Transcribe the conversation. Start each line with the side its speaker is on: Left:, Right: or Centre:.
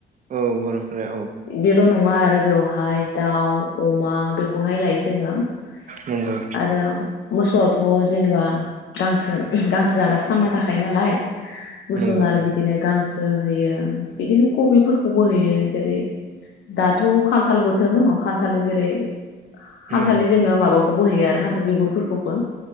Right: औ बर'फोरा औ
Left: बेल' नङा आरो बेवहाय दाउ अमा बेखौहाय लायो। जोङो। आरो
Right: नंगौ
Left: मसौआथ' जेन जेनेबा गांसो गांसो जानासो थांना थाखायो नालाय। मोसौनो
Right: नंगौ
Left: आरो बिदिनो गांसो ओ होयो बिदिनो कबिफोरखौबो होयो जेरै दाथ' खानथाल बोथोर न' खानथालनि जेरै खानथालनि
Right: नंगौ
Left: जोङो माबाखौ बो होयो आरो खान बेगरफोरखौ बो